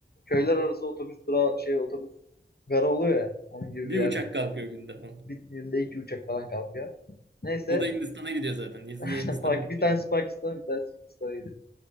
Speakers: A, on the left (about 55°); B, on the right (about 70°).
A: köyler arası otobüs durağı şey otobüs gara oluyor ya. Onun gibi
B: Bir
A: bir yer.
B: uçak kalkıyor günde falan.
A: Bir günde iki uçak falan kalkıyor. Neyse
B: O da Hindistan'a gidiyor zaten. Siz
A: <laughs>
B: de Hindistan'a
A: Pak-
B: gidiyorsunuz.
A: bir tanesi Pakistan'a bir tanesi Hindistan'a gidiyor.